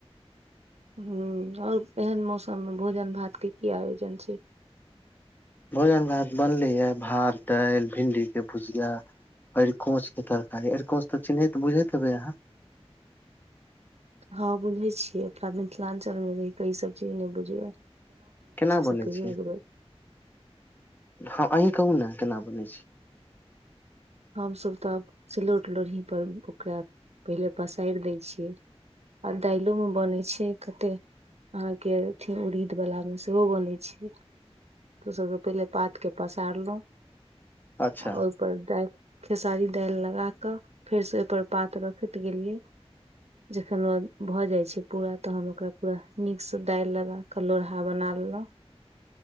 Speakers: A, on the right; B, on the left.
A: हूँ आओर एहन मौसम में भोजन भात के की आयोजन छै
B: भोजन भात बनले यै भात दालि भिंडी के भुजिया अरकोच के तरकारी अरकोंच तऽ चिन्हैत बुझे हेबे अहाँ
A: हँ बुझै छियै अपना मिथिलांचल मे रहि के इसभ चीज नहि बुझबै
B: केना बनै
A: से कहियौ
B: छै
A: एक बेर
B: ह अही कहु ने केना बनै छै
A: हमसभ तऽ आब सिलौट लोढ़ीपर ओकरा पहिले पसारि दै छियै आ दालो में बनैत छै कते अहाँ के अथि उड़ीद बला मे सेहो बनै छै तो सभके पहिले पातके पसारलहुँ
B: अच्छा
A: आ ओहिपर डालि खेसारी दालि लगा कऽ फेरसँ ओहिपर पात रखैत गेलियै जखन ओ भऽ जाय छै पूरा तहन ओकरा पूरा नीक से दालि लगा क लोढ़हा बना लेलहुँ